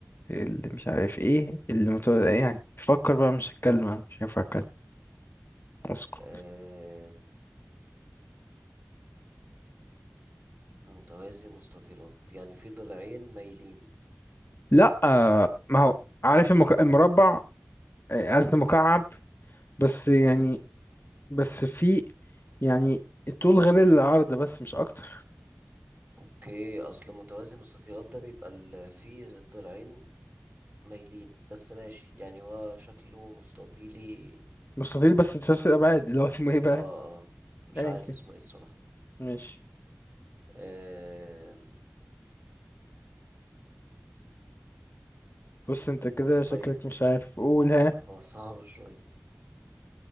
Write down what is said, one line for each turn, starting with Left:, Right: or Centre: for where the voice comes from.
Left: اللي مش عارف ايه اللي متوازي يعني فكر بقى مش هتكلم أنا مش هينفع اتكلم اسكت
Right: آم، متوازي مستطيلات يعني في ضلعين مايلين
Left: لا آه، ما هو عارف المك... المربع آه، قصدي مكعب بس يعني
Right: امم
Left: بس في يعني الطول غير العرض بس مش اكتر
Right: اوكي اصل متوازي مستطيلات ده بيبقى ال... في ضلعين مايلين بس ماشي يعني هو شكله مستطيلي
Left: مستطيل بس تشوش الأبعاد اللي هو اسمه ايه بقى
Right: اه اه مش
Left: أيا
Right: عارف
Left: كان
Right: اسمه ايه الصراحة
Left: ماشي
Right: آم،
Left: بص انت كده شكلك
Right: طيب
Left: مش عارف قولها
Right: هو صعب شوية